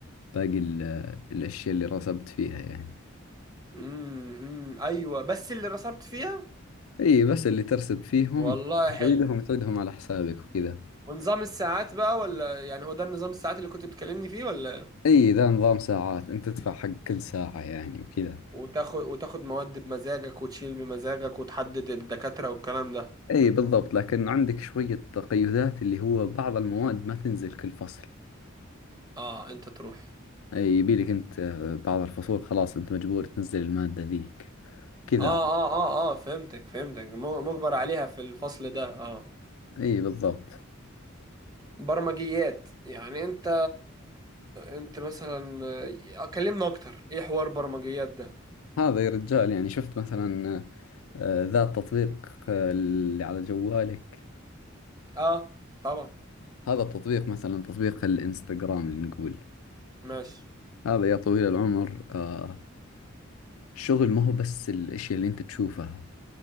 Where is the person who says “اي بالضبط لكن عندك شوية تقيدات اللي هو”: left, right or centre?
Left